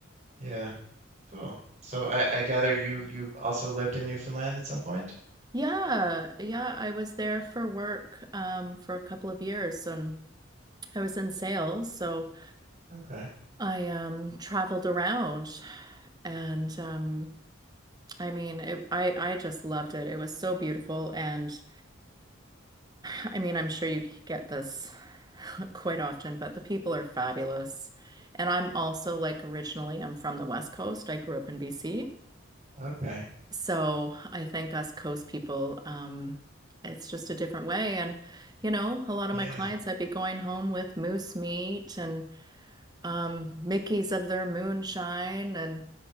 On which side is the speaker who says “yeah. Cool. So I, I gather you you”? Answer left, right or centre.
Right